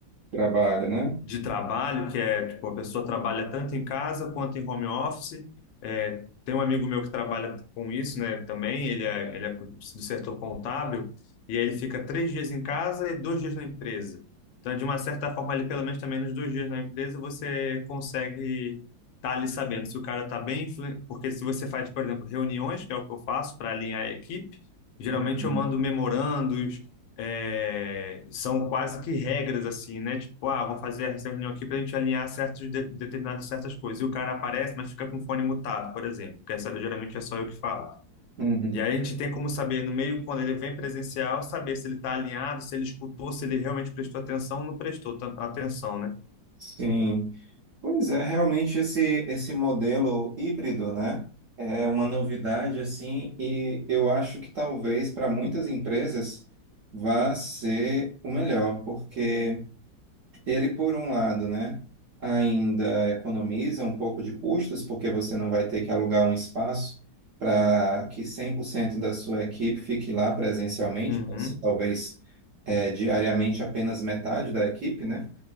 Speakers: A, on the right; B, on the left.
A: Trabalho, né?
B: de trabalho, que é, tipo, a pessoa trabalha tanto em casa quanto em home office. É, tem um amigo meu que trabalha com isso, né, também, ele é, ele é do setor contábil, e aí ele fica três dias em casa e dois dias na empresa. Então, de uma certa forma, ali, pelo menos também nos dois dias na empresa, você consegue estar ali sabendo se o cara está bem, influ- porque se você faz, por exemplo, reuniões, que é o que eu faço para alinhar a equipe, geralmente
A: Uhum.
B: eu mando memorando é, são quase que regras assim, né? Tipo, ah, vou fazer essa reunião aqui para a gente alinhar certos de, determinadas certas coisas. E o cara aparece, mas fica com o fone mutado, por exemplo, porque essa geralmente é só eu que falo.
A: Uhum.
B: E aí a gente tem como saber no meio quando ele vem presencial, saber se ele está alinhado, se ele escutou, se ele realmente prestou atenção ou não prestou ta- atenção, né?
A: Sim. Pois é, realmente esse, esse modelo híbrido, né? É uma novidade, assim, e eu acho que talvez para muitas empresas vá ser o melhor, porque. Ele, por um lado, né, ainda economiza um pouco de custos, porque você não vai ter que alugar um espaço para que 100% da sua equipe fique lá presencialmente,
B: Uhum,
A: pode ser, talvez eh, diariamente apenas metade da equipe, né?